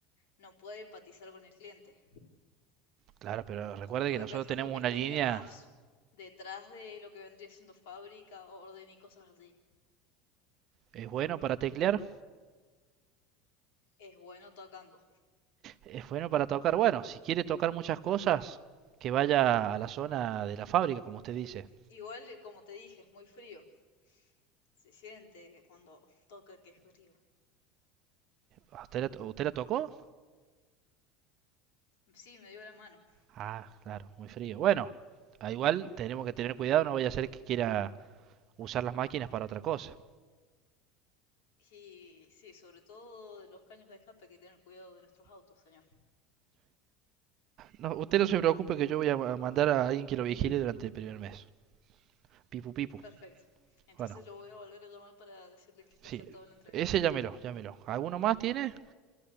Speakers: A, on the left (about 85°); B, on the right (about 40°).
A: no puede empatizar con el cliente.
B: Claro, pero recuerde
A: Estuve
B: que nosotros
A: pensando
B: tenemos
A: que
B: una
A: estaría
B: línea,
A: más detrás de lo que vendría siendo fábrica, orden y cosas así.
B: es bueno para teclear,
A: Es bueno tocando.
B: Es bueno para tocar. Bueno, si quiere tocar muchas cosas, que vaya a la zona de la fábrica, como usted dice.
A: Igual, eh, como te dije, es muy frío. Se siente cuando toca que es frío.
B: ¿A ¿Usted la, usted la tocó?
A: Sí, me dio la mano.
B: Ah, claro, muy frío. Bueno, a igual tenemos que tener cuidado, no vaya a ser que quiera usar las máquinas para otra cosa.
A: Y sí, sobre todo de los caños de escape, hay que tener cuidado de nuestros autos, señor.
B: No, usted no se preocupe que yo voy a mandar a alguien que lo vigile durante el primer mes. Pipu pipu.
A: Perfecto. Entonces
B: Bueno,
A: lo voy a volver a llamar para decirle que está
B: sí.
A: acertado en la entrevista.
B: Ese llámelo, llámelo. ¿Alguno más tiene?